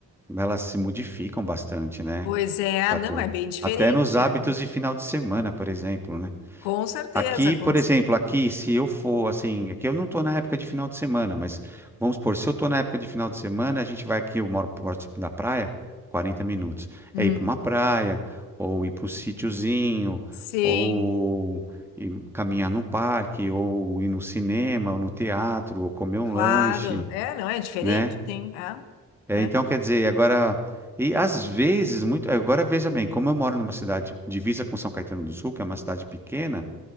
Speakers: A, in the centre; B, on the left.
A: elas se modificam bastante, né,
B: Pois é,
A: Catu?
B: não, é bem diferente.
A: Até nos hábitos
B: é.
A: de final de semana, por exemplo, né?
B: Com certeza,
A: Aqui,
B: com...
A: por exemplo, aqui, se eu for assim, aqui eu não estou na época de final de semana, mas vamos supor, se eu estou na época de final de semana, a gente vai aqui, eu moro próximo da praia, 40 minutos.
B: Hum,
A: É ir para uma praia, ou ir para um sítiozinho,
B: sim,
A: ou ir caminhar no parque, ou ir no cinema, ou no teatro, ou comer um
B: claro.
A: lanche,
B: É, não, é diferente,
A: né?
B: sim.
A: É,
B: É, é.
A: então, quer dizer, agora. E às vezes, muito. Agora, veja bem, como eu moro numa cidade divisa com São Caetano do Sul, que é uma cidade pequena.